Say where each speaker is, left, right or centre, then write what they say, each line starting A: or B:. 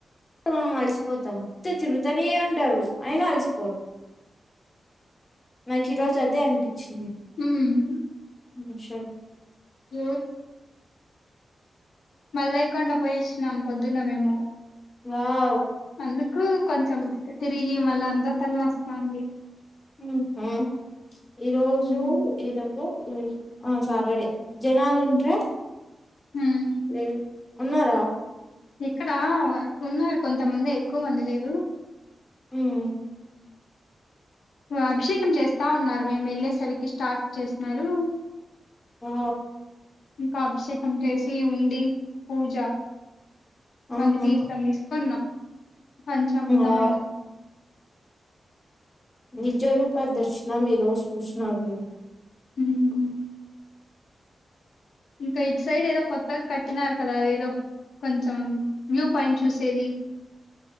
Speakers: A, on the left; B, on the left.
A: మనం అలిసిపోతం తిరుగుతూనే ఉంటారు అయినా అలసిపోరు నాకు ఈరోజు అదే అనిపించింది పిచ్చింది
B: హ్మ్
A: <unintelligible>
B: హ మల్లయ్య కొండ పోయి వచ్చినం పొద్దున మేము
A: వావ్
B: అందుకు కొంచెం తిరిగి మళ్ళ అంతా తలనొస్తాంది
A: మ్మ్ ఈరోజు
B: హ్మ్
A: ఏదబ్బా ఆ సాటర్డే జనాలు ఉంట్ర
B: హ్మ్.
A: లే ఉన్నారా
B: ఇక్కడ ఉన్నారు కొంత ముందే ఎక్కువ మంది లేరు
A: హ్మ్
B: అభిషేకం చేస్తా ఉన్నారు మేము వెళ్ళేసరికి స్టార్ట్ చేస్తున్నారు
A: ఆ
B: ఇంకా అభిషేకం చేసి పి ఉండి పూజ
A: ఆహా
B: మళ్ళీ తీర్థం తీసుకోన్నాం పంచామృతం
A: ఆ
B: అందు
A: నిజ రూప దర్శ మీ రోజు చూసిన మీరు
B: హ్మ్ ఇంకా ఇటు సైడ్ ఏదో కొత్తగా కట్టినారు కదా అదేదో కొంచెం వ్యూ పాయింట్ చూసేది